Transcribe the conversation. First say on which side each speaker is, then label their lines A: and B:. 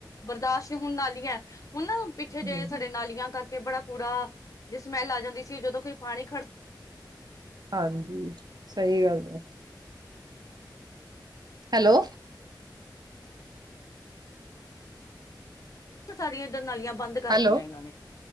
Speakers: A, on the left; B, on the right.
A: ਬਰਦਾਸ਼ਤ ਹੋਣ ਵਾਲੀ ਹੈ। ਉਹਨਾਂ ਪਿੱਛੇ ਜਿ
B: ਹੂੰ
A: ਸਾਡੇ ਨਾਲੀਆਂ ਕਰ ਕਿ ਬੜਾ ਕੂੜਾ ਜੇ ਸਮੈਲ ਆ ਜਾਂਦੀ ਸੀ, ਜਦੋਂ ਕੋਈ ਪਾਣੀ ਖੜ
B: ਹਾਂਜੀ, ਸਹੀ ਗੱਲ ਹੈ। ਹੈਲੋ,
A: ਸਾਡੀਆ ਇਧਰ ਨਾਲੀਆਂ, ਬੰਦ ਕਰਤੀਆਂ
B: ਹੈਲੋ
A: ਇਹਨਾਂ ਨੇ,